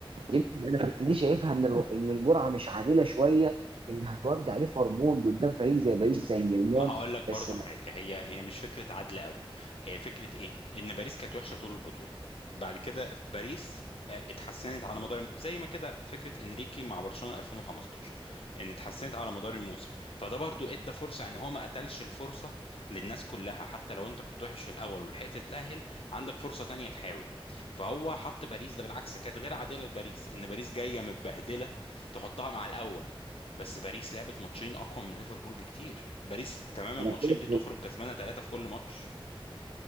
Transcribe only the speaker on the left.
ما هقول لك برضو
حاجة هي هي مش فكرة عدل قوي هي فكرة ايه ان باريس كانت وحشة طول البطولة بعد كده في باريس آه، اتحسنت على مدار الم- زي ما كده فكرة انريكي مع برشلونة 2015 ان اتحسنت على مدار الموسم فده برضو ادى فرصة ان هو ما قتلش الفرصة للناس كلها حتى لو انت كنت وحش في الاول ولحقت تتأهل عندك فرصة تانية تحاول فهو حط باريس ده بالعكس كانت غير عادلة لباريس ان باريس جاية متبهدلة تحطها مع الاول بس باريس لعبت ماتشين اقوى من ليفربول بكتير باريس تمام الماتشين
دي تخرج كسبانه ثلاثه في كل ماتش